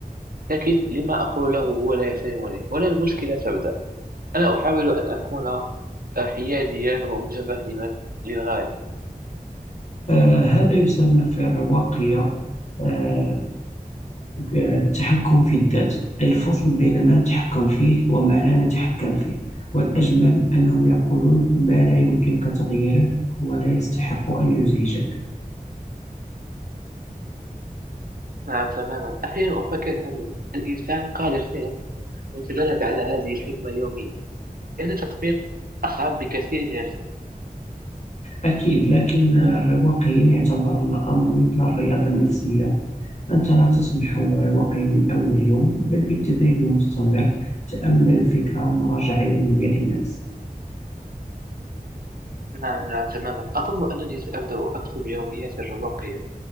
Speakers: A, on the right (about 75°); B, on the left (about 50°).
A: لكن لما أقوله هو لا يحترمني ولا المشكلة تبدأ أنا أحاول أن أكون آه، حياديا ومتفهما للغاية
B: آه، هذا يسمى في الرواقية آه، التحكم في الذات أي الفصل بين ما نتحكم فيه وما لا نتحكم فيه والأجمل أنهم يقولون ما لا يمكنك تغييره ولا يستحق أن يزعجك
A: نعم تماما أحيانا أفكر هل الإنسان قادر فعلا أن يتدرب على هذه الحكمة يوميا لأن التطبيق أصعب بكثير من الفهم
B: أكيد لكن الرواقيين يعتبرون الأمر مثل الرياضة النفسية أنت لا تصبح رواقيا من أول يوم بل بالتدريب المستمر تأمل الفكرة مراجعة يومية للنفس
A: نعم نعم تماما أظن أنني سأبدأ أكتب يومياتي الرواقية